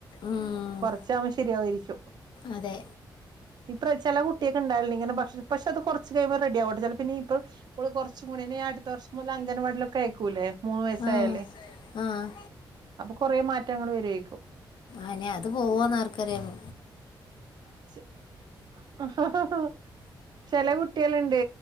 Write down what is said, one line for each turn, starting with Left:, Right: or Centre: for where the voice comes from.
Left: ഉം
Right: കൊറ ശരിയാവരിക്കും
Left: അതെ
Right: ഇപ്പ ചില കുട്ടിയൊക്കെ ഉണ്ടായി ഇങ്ങനെക്ഷ പക്ഷെ അത് കുറച്ച് കഴിയ്പോ റെഡി ആകട്ടെ ച പിന്നെ ഇപ്പ കുറച്ച പിന്നെ അടുത്ത വർഷം മുതൽ അംഗൻവാടിയിൽ ഒക്കെ കൾക്കൂലേ മൂന്ന് വയസായാലേ
Left: ആഹ് ആഹ്
Right: അപ്പൊ കൊറ മാറ്റങ്ങൾ വരുക്കും
Left: ആനെ അത് പോവാന്ന് ആർക്കറിയിണ്
Right: ച് ആഹ് ആഹ് ചെല കുട്ടി കുട്ടിഡ്